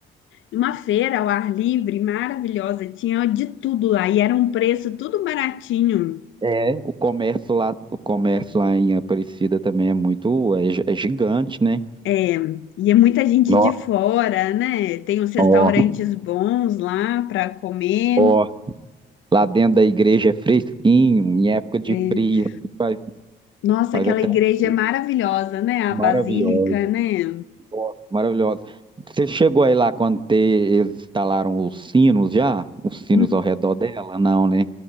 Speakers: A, on the left (about 75°); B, on the right (about 25°).
A: Uma feira ao ar livre, maravilhosa, tinha de tudo lá e era um preço tudo baratinho.
B: É, o comércio lá, o comércio lá em Aparecida também é muito, é, gi- é gigante, né?
A: É, e é muita gente
B: Nó-
A: de fora, né? Tem uns restaurantes
B: Ó,
A: bons lá para comer.
B: ó. Lá dentro da igreja é fresquinho, em época de
A: É.
B: frio, faz,
A: Nossa,
B: faz
A: aquela
B: até
A: igreja
B: um frio
A: é maravilhosa, né? A
B: maravilhoso.
A: Basílica, né?
B: Nossa, Maravilhoso. Você chegou aí lá quando te- eles instalaram os sinos já? Os sinos
A: Hum,
B: ao redor dela? Não, né?